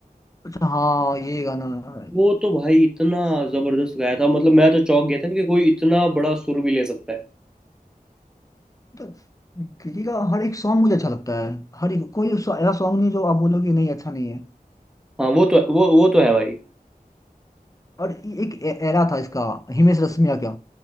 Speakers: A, on the left (about 20°); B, in the centre.
A: अच्छा हाँ ये गाना अरे,
B: वो तो भाई इतना जबरदस्त गाया था मतलब मैं तो चौंक गया था कि कोई इतना बड़ा सुर भी ले सकता है
A: तो केके का हर एक सॉन्ग मुझे अच्छा लगता है हर एक कोई सो- ऐसा सॉन्ग नहीं जो आप बोलोगे नहीं अच्छा नहीं है
B: हाँ वो तो वो वो तो है भाई
A: और ये एक ए- एरा था इसका हिमेश रेशमिया क्या